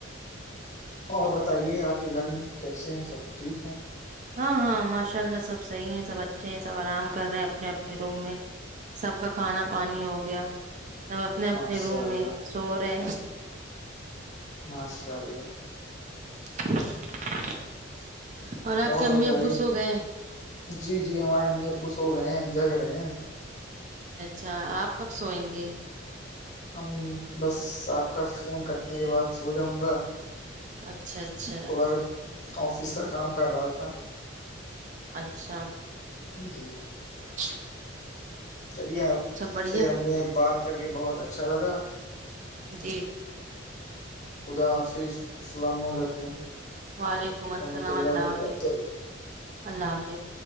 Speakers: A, on the left (about 40°); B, on the right (about 40°).
A: اور بتائیے آپ کے گھر میں کیسے ہیں سب ٹھیک ہیں
B: ہاں ہاں ماشاء اللہ سب صحیح ہے سب اچھے ہیں سب آرام کر رہے ہیں اپنے اپنے روم میں سب کا کھانا پانی ہو گیا سب اپنے اپنے
A: ماشاء
B: روم
A: اللہ
B: میں سو رہے
A: ماشاء اللہ
B: <inaudible> آپ
A: اور
B: کے امی
A: بتائیے
B: ابو سو گئے
A: جی جی ہمارے امی ابو سو ہو گئے ہیں ہم جگ رہے ہیں
B: اچھا آپ کب سوئیں گے
A: ہم بس آپ کا فون کٹنے کے بعد سو جاؤں گا
B: اچھا اچھا
A: تھوڑا آفس کا کام کر رہا تھا
B: اچھا
A: جی
B: اچھا
A: چلیے آپ
B: بڑھیا
A: سے ہم نے بات کر کے بہت اچھا لگا
B: جی
A: خدا حافظ السلام علیکم
B: وعلیکم السلام
A: رحمۃ
B: اللہ
A: وبرکاتہ
B: حافظ اللہ حافظ